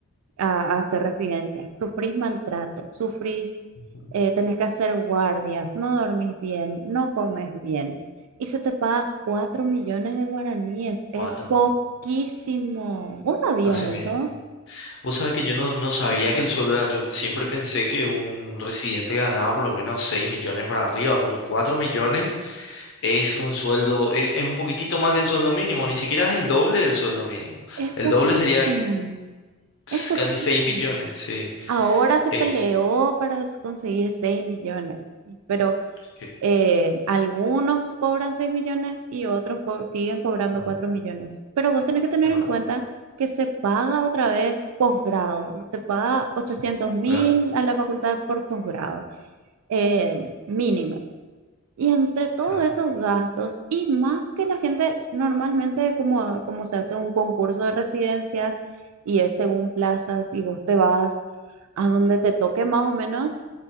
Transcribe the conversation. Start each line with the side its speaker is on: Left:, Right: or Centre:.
Right: a, a hacer residencia? Sufrís maltrato, sufrís,
Left: Ujú.
Right: eh, tenés que hacer guardias, no dormís bien, no comes bien y se te paga 4 millones de guaraníes.
Left: Cuatro.
Right: Es poquísimo. ¿Vos sabías
Left: Así
Right: eso?
Left: mismo. Vos sabés que yo no, no sabía que el sueldo era, yo siempre pensé que un residente ganaba por lo menos 6 millones para arriba, porque 4 millones es un sueldo, es, es un poquitito más que el sueldo mínimo, ni siquiera es el doble del sueldo mínimo.
Right: Es
Left: El
Right: poquísimo.
Left: doble sería s-
Right: Es poquísimo.
Left: casi 6 millones, sí.
Right: Ahora se
Left: Eh,
Right: peleó para conseguir 6 millones, pero
Left: que-
Right: eh, algunos cobran 6 millones y otros co- siguen cobrando
Left: ah,
Right: 4 millones. Pero vos tenés que tener
Left: es
Right: en
Left: verdad,
Right: cuenta que se paga otra vez posgrado, se paga ochocientos mil
Left: Claro,
Right: a la facultad por posgrado, eh, mínimo. Y entre todos
Left: claro,
Right: esos gastos, y más que la gente normalmente, como, como se hace un concurso de residencias y es según plazas, y vos te vas a donde te toque más o menos,